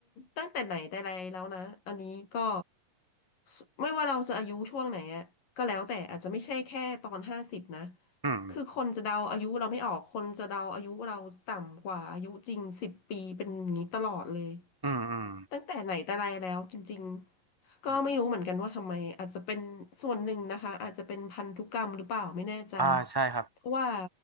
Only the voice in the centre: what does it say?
อืม
อืมอืม
อืมอ่าใช่ครับ